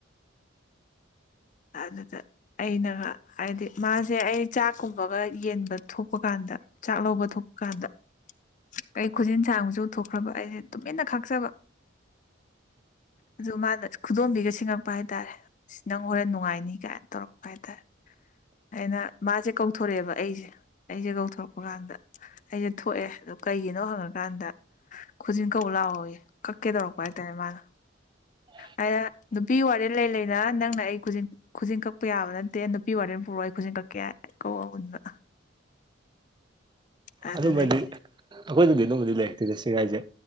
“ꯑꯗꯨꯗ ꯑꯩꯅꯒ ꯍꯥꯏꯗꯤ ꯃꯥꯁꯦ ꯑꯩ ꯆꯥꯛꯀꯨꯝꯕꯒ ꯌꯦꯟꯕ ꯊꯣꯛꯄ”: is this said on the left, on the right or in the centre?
Left